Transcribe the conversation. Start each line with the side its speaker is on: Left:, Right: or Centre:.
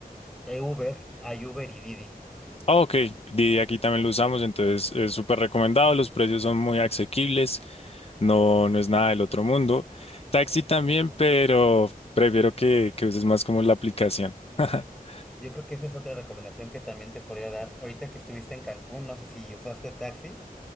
Centre: Eh, Uber, hay Uber y Didi.
Left: Ah, ok, Didi aquí también lo usamos, entonces es súper recomendado, los precios son muy asequibles, no, no es nada del otro mundo. Taxi también, pero prefiero que, que uses más como la aplicación. <laughs>
Centre: Yo creo que esa es otra recomendación que también te podría dar. Ahorita que estuviste en Cancún, no sé si usaste taxi.